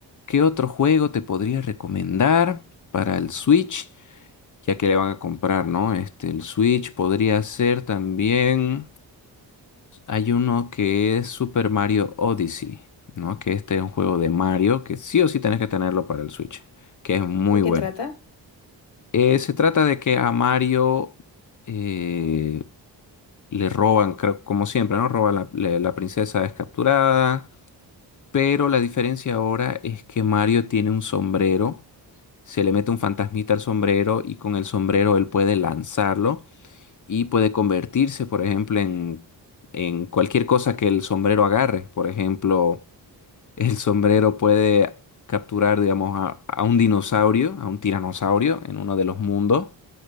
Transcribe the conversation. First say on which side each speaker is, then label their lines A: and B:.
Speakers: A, on the left (about 40°); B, on the left (about 70°).
A: ¿qué otro juego te podría recomendar para el Switch? ya que le van a comprar, ¿no? Este, el Switch podría ser también. Hay uno que es Super Mario Odyssey, ¿no? Que este es un juego de Mario que sí o sí tenés que tenerlo para el Switch, que es muy
B: ¿De
A: bueno.
B: qué trata?
A: Eh, se trata de que a Mario eh, le roban, creo, como siempre, ¿no? Roban la, le- la princesa es capturada, pero la diferencia ahora es que Mario tiene un sombrero, se le mete un fantasmita al sombrero y con el sombrero él puede lanzarlo y puede convertirse, por ejemplo, en, en cualquier cosa que el sombrero agarre. Por ejemplo, <laughs> el sombrero puede capturar, digamos, a, a un dinosaurio, a un tiranosaurio en uno de los mundos.